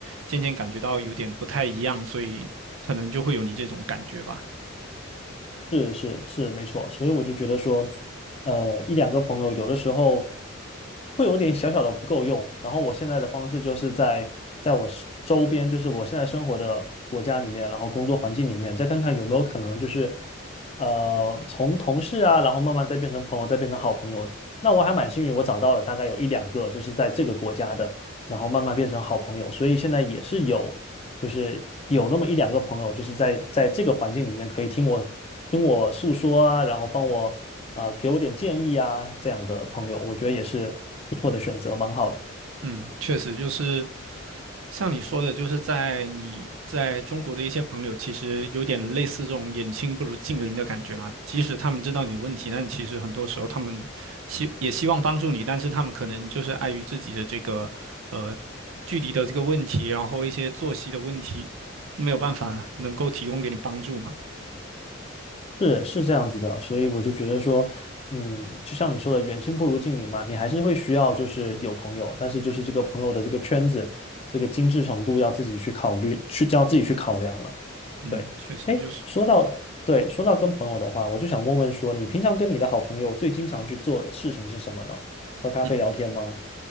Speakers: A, on the right; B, on the left.
A: 渐渐感觉到有点不太一样，所以可能就会有你这种感觉吧。
B: 是是是，没错。所以我就觉得说，呃，一两个朋友有的时候会有点小小的不够用。然后我现在的方式就是在在我是周边，就是我现在生活的国家里面，然后工作环境里面，再看看有没有可能就是，呃，从同事啊，然后慢慢再变成朋友，再变成好朋友的那我还蛮幸运，我找到了大概有一两个，就是在这个国家的，然后慢慢变成好朋友。所以现在也是有。就是有那么一两个朋友，就是在在这个环境里面可以听我听我诉说啊，然后帮我呃给我点建议啊，这样的朋友，我觉得也是不错的选择，蛮好的。
A: 嗯，确实就是。像你说的，就是在你在中国的一些朋友，其实有点类似这种远亲不如近邻的感觉嘛。即使他们知道你有问题，但其实很多时候他们希也希望帮助你，但是他们可能就是碍于自己的这个呃距离的这个问题，然后一些作息的问题，没有办法能够提供给你帮助嘛。
B: 是是这样子的，所以我就觉得说，嗯，就像你说的，远亲不如近邻嘛，你还是会需要就是有朋友，但是就是这个朋友的这个圈子，这个精致程度要自己去考虑，去要自己去考量了。
A: 嗯，
B: 对，
A: 确实就是，
B: 哎，说到对，说到跟朋友的话，我就想问问说，你平常跟你的好朋友最经常去做的事情是什么呢？喝咖啡聊天吗？
A: 嗯。